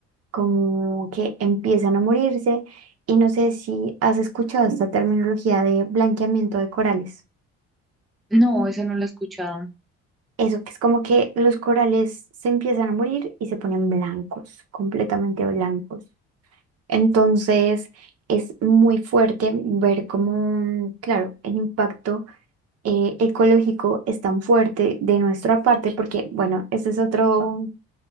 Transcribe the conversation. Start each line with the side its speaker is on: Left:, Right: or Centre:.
Right: como que empiezan a morirse y no sé si has escuchado esta terminología de blanqueamiento de corales.
Centre: No, esa no la he escuchado.
Right: Eso que es como que los corales se empiezan a morir y se ponen blancos, completamente blancos. Entonces es muy fuerte ver cómo, claro, el impacto eh, ecológico es tan fuerte de nuestra parte, porque bueno, ese es otro,